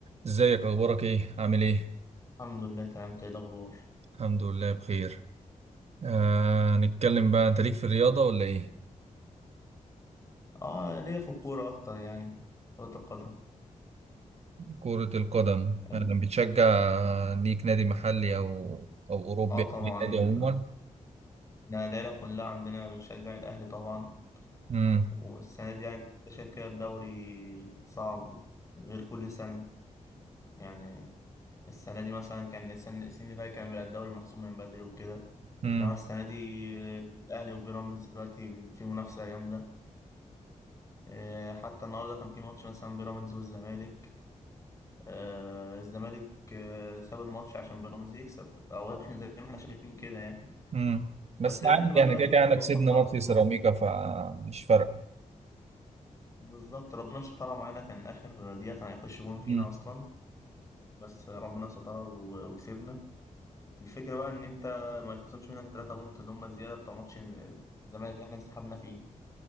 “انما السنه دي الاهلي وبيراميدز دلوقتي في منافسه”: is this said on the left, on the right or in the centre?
Left